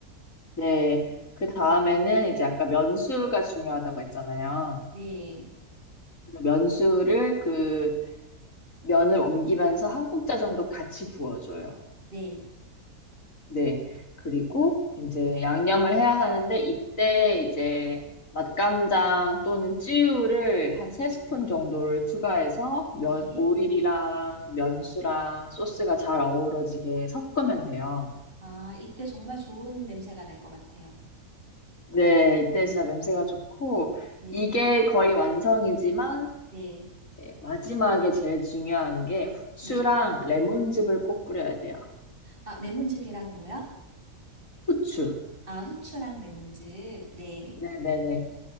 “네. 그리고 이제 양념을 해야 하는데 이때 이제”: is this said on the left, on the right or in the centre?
Left